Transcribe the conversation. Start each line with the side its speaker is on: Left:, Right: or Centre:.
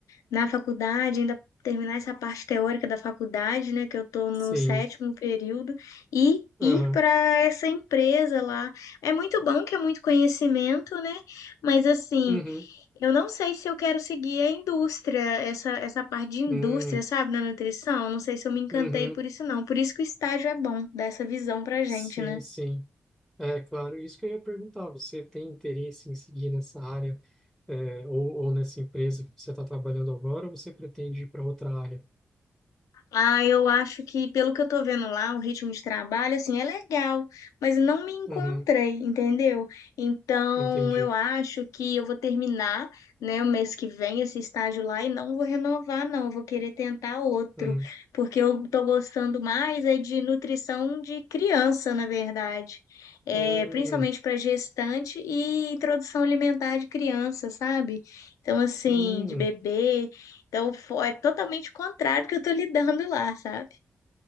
Left: na faculdade, ainda terminar essa parte teórica da faculdade, né, que eu tô no
Centre: sim.
Left: sétimo período, e ir
Centre: Aham.
Left: para essa empresa lá. É muito bom que é muito conhecimento, né? Mas assim,
Centre: Uhum.
Left: eu não sei se eu quero seguir a indústria, essa, essa parte de indústria,
Centre: Hum.
Left: sabe, na nutrição. Não sei se eu me encantei
Centre: Uhum.
Left: por isso, não. Por isso que o estágio é bom, dá essa visão pra gente,
Centre: Sim,
Left: né?
Centre: sim. É claro, isso que eu ia perguntar. Você tem interesse em seguir nessa área, é, ou, ou nessa empresa que você está trabalhando agora, ou você pretende ir para outra área?
Left: Ah, eu acho que, pelo que eu tô vendo lá, o ritmo de trabalho, assim, é legal, mas não me encontrei,
Centre: Uhum.
Left: entendeu? Então,
Centre: Entendi.
Left: eu acho que eu vou terminar, né, o mês que vem esse estágio lá e não vou renovar, não. Eu vou querer tentar outro,
Centre: Uhum.
Left: porque eu tô gostando mais é de nutrição de criança, na verdade. É,
Centre: Hum.
Left: principalmente para gestante e introdução alimentar de criança, sabe? Então, assim,
Centre: Hum.
Left: de bebê. Então, fo- é totalmente contrário do que eu tô lidando lá, sabe?